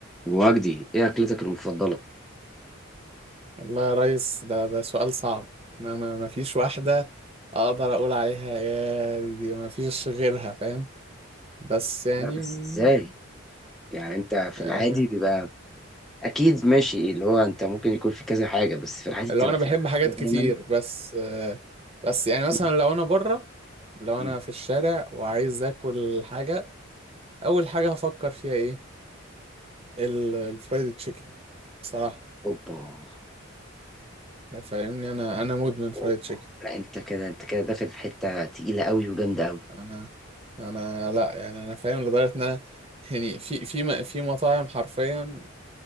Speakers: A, in the centre; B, on the right.
A: وجدي ايه اكلتك المفضله
B: والله يا ريس ده ده سؤال صعب ما ما ما فيش واحدة أقدر أقول عليها يا دي دي ما فيش غيرها فاهم بس يعني
A: لا بس
B: م-
A: ازاي يعني انت في
B: آه
A: العادي بيبقى اكيد ماشي اللي هو انت ممكن يكون في كذا حاجه بس في العادي
B: اللي
A: بتبقى
B: هو أنا
A: في
B: بحب حاجات
A: حاجه دايما
B: كتير بس آه بس يعني مثلا
A: مم.
B: لو أنا بره لو
A: مم.
B: أنا في الشارع وعايز آكل حاجة أول حاجة هفكر فيها إيه ال- الفرايد تشيكن بصراحة
A: اوبا
B: فاهمني أنا أنا مدمن
A: اوبا
B: فرايد
A: أوبا.
B: تشيكن
A: لا انت كده انت كده داخل في حته تقيله قوي وجامده قوي
B: انا انا لا يعني انا فاهم لدرجه ان انا يعني في في م- في مطاعم حرفيا